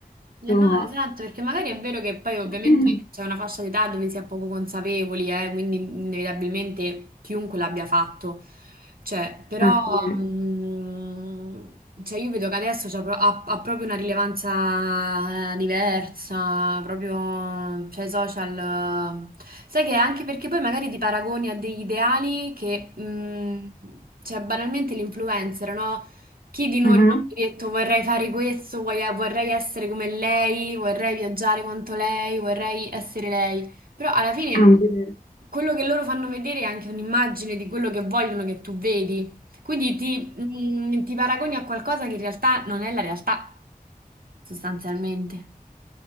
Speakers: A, on the right; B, on the left.
A: Eh
B: insomma,
A: no, esatto, perché magari è vero che poi ovviamente
B: <clears throat>
A: c'è una fascia d'età dove si è poco consapevoli, eh, quindi inevitabilmente chiunque l'abbia fatto. Cioè, però
B: eh sì.
A: mh, cioè io vedo che adesso c'ha pro- ha, ha proprio una rilevanza eh, diversa, proprio, cioè i social... eh, Sai che è anche perché poi magari ti paragoni a degli ideali che, mh, cioè banalmente l'influencer, no? Chi di noi
B: Mhm.
A: non ha mai detto vorrei fare questo, vorrei vorrei essere come lei, vorrei viaggiare quanto lei, vorrei essere lei. Però alla fine
B: Non dire.
A: quello che loro fanno vedere è anche un'immagine di quello che vogliono che tu vedi. Quindi ti, mm, ti paragoni a qualcosa che in realtà non è la realtà, sostanzialmente.